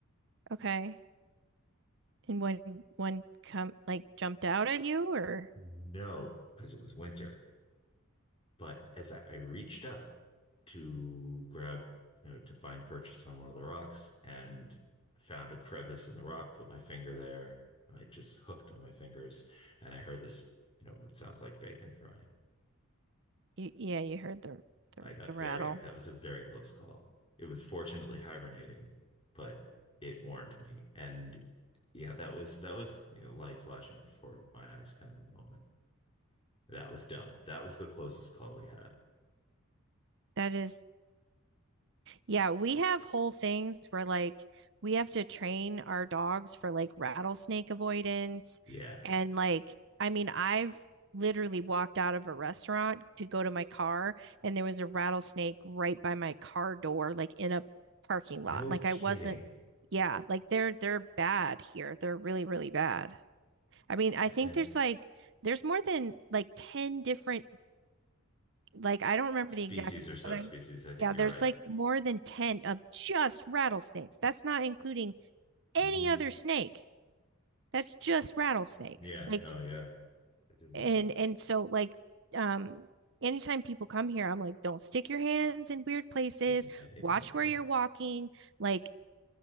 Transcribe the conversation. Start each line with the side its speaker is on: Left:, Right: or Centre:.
Right: Okay. And when one come like jumped out at you or
Left: No, because it was winter. But as I, I reached up to grab, you know, to find purchase on one of the rocks and found a crevice in the rock, put my finger there. I just hooked on my fingers and I heard this, you know, what sounds like bacon frying.
Right: you, yeah, you heard the the,
Left: I got
Right: the rattle.
Left: very, that was a very close call. It was fortunately hibernating, but it warned me. And yeah, that was, that was, you know, light flashing before my eyes kind of moment. That was dumb. That was the closest call we had.
Right: That is Yeah, we have whole things where like we have to train our dogs for like rattlesnake avoidance.
Left: Yeah.
Right: And like, I mean, I've literally walked out of a restaurant to go to my car and there was a rattlesnake right by my car door, like in a parking lot.
Left: No
Right: Like
Left: kidding.
Right: I wasn't, yeah, like they're they're bad here. They're really, really bad. I mean, I
Left: Uh,
Right: think there's like there's more than like 10 different like I don't remember
Left: species
Right: the exact,
Left: or subspecies.
Right: but I
Left: I think
Right: yeah,
Left: you're
Right: there's
Left: right.
Right: like more than 10 of just rattlesnakes. That's not including any
Left: hmm
Right: other snake. That's just rattlesnakes.
Left: Yeah,
Right: Like
Left: no, yeah. I didn't know
Right: and
Left: that.
Right: and so like um anytime people come here, I'm like, don't stick your hands in weird places.
Left: Ain't anything.
Right: Watch where
Left: Yeah.
Right: you're walking. Like